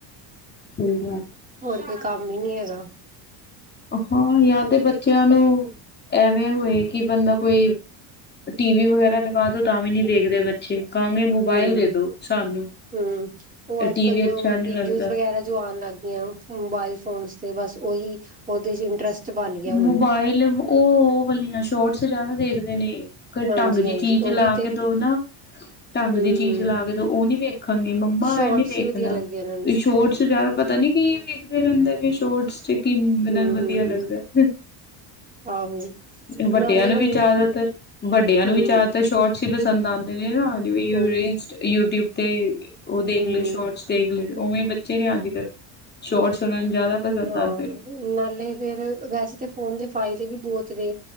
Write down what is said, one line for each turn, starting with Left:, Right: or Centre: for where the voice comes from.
Left: ਹਮ।
Right: ਹੋਰ ਕੋਈ ਕੰਮ ਹੀ ਨੀ ਹੈਗਾ।
Left: ਹਾਂ, ਯਾ ਤੇ ਬੱਚਿਆਂ ਨੂੰ ਐਵੇਂ ਹੋਏ ਕਿ ਬੰਦਾ ਕੋਈ ਟੀ ਵੀ ਵਗੈਰਾ ਲਗਾ ਦੋ ਤਾਂ ਵੀ ਨਹੀਂੀ ਦੇਖਦੇ ਬੱਚੇ ਕਹਾਂਗੇ ਮੋਬਾਇਲ
Right: ਹਮ,
Left: ਦੇ ਦੋ ਸਾਨੂੰ
Right: ਹਮ ਉਹ ਅੱਜ,
Left: ਟੀ
Right: ਕਲ
Left: ਵੀ ਅੱਛਾ ਨਹੀਂ
Right: ਵੀਡੀਓ
Left: ਲੱਗਦਾ
Right: ਵਗੈਰਾ ਜੋ ਆਉਣ ਲੱਗ ਗਈਆਂ ਮੋਬਾਇਲ ਫੋਨ ਤੇ ਬਸ ਉਹੀ ਉਹਦੇ ਚ ਇੰਟਰਸਟ ਬਣ ਗਿਆ ਹੁਣ
Left: ਮੋਬਾਇਲ ਉਹ ਵਾਲੀਆਂ ਸ਼ੋਰਟਸ ਜਿਆਦਾ ਦੇਖਦੇ ਜਨੇ
Right: ਹਾਂਜੀ
Left: ਢੰਗ ਦੀ
Right: ਹਾਂਜੀ
Left: ਚੀਜ਼ ਲਾ
Right: ਉਹੀ ਤੇ
Left: ਕੇ ਦੋ ਨਾ ਢੰਗ
Right: ਹਮ
Left: ਦੀ ਚੀਜ਼
Right: ਹਮ
Left: ਲਾ ਕੇ ਦੋ ਉਹ ਨੀ ਵੇਖਾਂਗੇ ਮੰਮਾ
Right: ਸ਼ੋਰਟਸ
Left: ਇਹ ਨੀ ਦੇਖਣਾ
Right: ਹੀ ਵਧੀਆ ਲੱਗਦੇ ਇਹਨਾਂ ਨੂੰ
Left: ਛੋਟਸ ਜ਼ਿਆਦਾ ਪਤਾ ਨੀ ਕੀ ਵੇਖਦੇ ਰਹਿੰਦੇ। ਚੋਟਸ ਚ ਕੀ ਮੈਨਾਂ
Right: ਹਮ
Left: ਵਧੀਆ
Right: ਹਮ
Left: ਲੱਗਦਾ।
Right: ਆਹੋ
Left: ਵੱਡਿਆਂ
Right: ਨਾਲੇ
Left: ਨੂੰ
Right: ਹੁਣ
Left: ਵੀ ਜ਼ਿਆਦਾਤਰ ਵੱਡਿਆਂ
Right: ਹਮ
Left: ਨੂੰ ਵੀ ਜ਼ਿਆਦਾਤਰ ਸ਼ੋਰਟਸ ਹੀ ਪਸੰਦ ਆਉਂਦੇ ਨੇ ਨਾ
Right: ਉਹੀ
Left: ਯੂਟਿਊਬ ਤੇ ਉਹ ਦੇਖ
Right: ਹਮ
Left: ਲਏ ਸ਼ੋਰਟਸ ਦੇਖ ਲ ਉਵੇਂ ਬੱਚੇ ਨੇ ਅੱਜ, ਕੱਲ੍ਹ ਸ਼ੋਰਟਸ ਉਹਨਾਂ ਜ਼ਿਆਦਾ ਪਸੰਦ
Right: ਹਾਂ
Left: ਆਉਂਦੇ ਨੇ
Right: ਨਾਲੇ ਫੇਰ ਵੈਸੇ ਤਾਂ ਉਹ ਵੀ ਬਹੁਤ ਦੇ